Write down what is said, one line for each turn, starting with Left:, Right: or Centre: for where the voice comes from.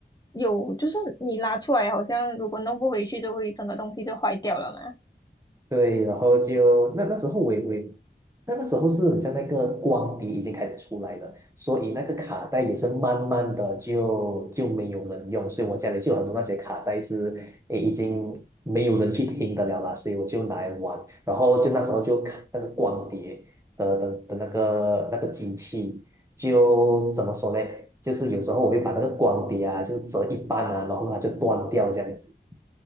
Left: 有，就是你拉出来，好像如果弄不回去，就会整个东西就坏掉了嘛。
Right: 对，然后就那那时候我也我也那那时候是很像那个光碟已经开始出来了，所以那个卡带也是慢慢的就就没有人用，所以我家里就有很多那些卡带是诶已经没有人去听的了啦，所以我就拿来玩，然后就那时候就看那个光碟的的的那个那个机器，就怎么说呢？就是有时候我会把那个光碟啊，就是折一半啊，然后它就断掉这样子。